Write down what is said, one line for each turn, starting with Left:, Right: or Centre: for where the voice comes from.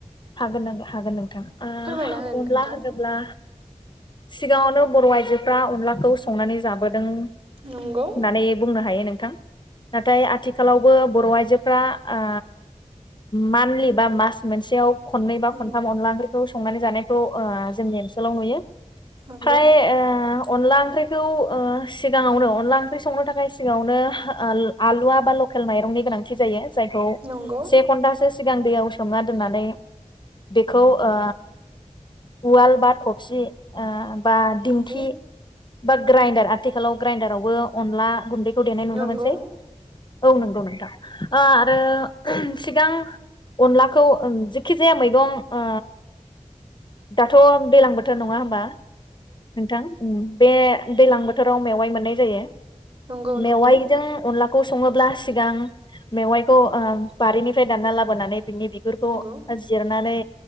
Left: हागोन नों हागोन नोंथां।
Right: फोरमायना हो
Left: ओ
Right: नोंथां
Left: अनला होनोब्ला सिगांङावनो बर' आइजोफोरा अनलाखौ संनानै जाबोदों होननानै
Right: नंगौ
Left: बुंनो हायो नोंथां नाथाय आथिखालाव बो बर' आइजोफ्रा ओ मानलि बा मास मोनसेयाव खनै बा
Right: नंगौ
Left: खनथाम अनला खौ संनानै जानायखौ ओ जोंनि ओनसोलाव नुयो।
Right: नंगौ
Left: फ्राय ओ अनला ओं ख्रिखौ ओ सिगांङावनो अनला ओंख्रि संनो थाखाय सिगांङावनो आलुवा बा लकेल माइरंनि गोनांथि जायो। जायखौ
Right: नंगौ
Left: से घण्टासो सि गां दैयाव सोमना दोननानै बेखौ ओ उवाल बा थफसि ओ बा दिंखि
Right: नंगौ
Left: बा ग्राइन्दार आथिखालाव ग्राइन्दारावबो अनला गुन्दैखौ देनाय नुनो
Right: नंगौ
Left: मोनसै। औ नंगौ नोंथां ओ आरो सिगां अनलाखौ ओं जि खिजाया मैगं ओ दाथ' दैलां बोथ थोर नंङा होमबा नोंथां? बे दैलां बोथोराव मेवाइ मोननाय जायो।
Right: नंगौ
Left: मेवाइजों
Right: नंगौ
Left: अनला खौ संङोब्ला सिगां मेवायखौ ओ बारिनिफ्राय दानना लाबोनानै बिनि बिगुरखौ
Right: नंगौ
Left: जिरनानै